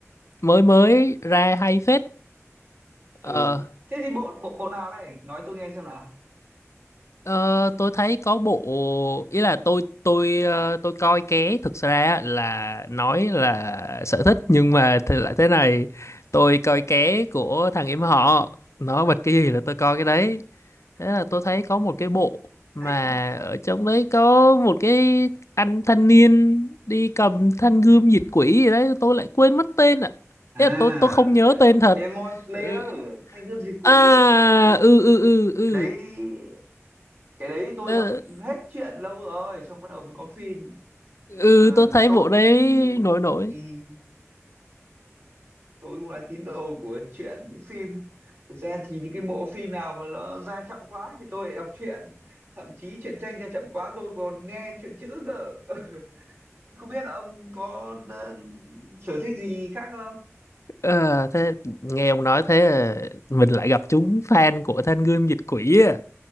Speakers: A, on the left (about 65°); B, on the right (about 45°).
A: mới mới ra hay phết.
B: ừ
A: Ờ
B: thế thì bộ bộ bộ nào đây nói tôi nghe xem nào
A: Ờ, tôi thấy có bộ ý là tôi tôi ờ, tôi coi ké thực ra á, là nói là sở thích nhưng mà thì lại thế này tôi coi ké của thằng em họ nó bật cái gì là tôi coi cái đấy thế là tôi thấy có một cái bộ mà
B: Đấy,
A: ở trong đấy có một cái anh thanh niên đi cầm thanh gươm diệt quỷ gì đấy tôi lại quên mất tên ạ
B: à
A: Ý là tôi tôi không
B: là
A: nhớ tên thật
B: Demon Slayer
A: ừ.
B: Thanh Gươm Diệt Quỷ
A: à
B: cái
A: ừ ừ ừ ừ
B: cái đấy cái đấy tôi
A: Ờ,
B: đọc hết truyện lâu rồi xong bắt đầu mới có phim
A: ừ
B: Ờ,
A: tôi thấy
B: tôi
A: bộ
B: cũng
A: đấy nổi nổi
B: ừ, tôi cũng là tín đồ của truyện với phim thực ra thì những cái bộ phim nào mà nó ra chậm quá thì tôi lại đọc truyện thậm chí truyện tranh ra chậm quá tôi còn nghe truyện chữ cơ <laughs> không biết là ông có ờ, sở thích gì khác không
A: Ờ, thế nghe ông nói thế à, mình lại gặp chúng fan của Thanh Gươm Dịch Quỷ à.